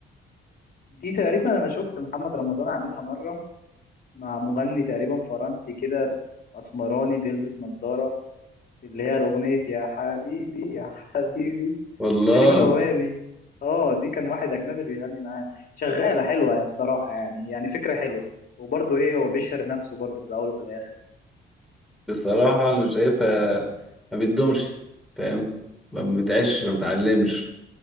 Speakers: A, on the left (about 50°); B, in the centre.
A: دي تقريبا انا شفت محمد رمضان عاملها مره مع مغني تقريبا فرنسي كده اسمراني بيلبس نظاره اللي هي الاغنيه يا حبيبي يا حبيبي
B: والله
A: تقريبا الاغنيه دي اه دي كان واحد اجنبي اللي بيغني معاه شغاله حلوه يا الصراحه يعني يعني فكره حلوه وبرضه ايه هو بيشهر نفسه برضه في الاول وفي الاخر
B: بصراحة أنا شايفها ما بتدومش فاهم ما بتعيش ما بتعلمش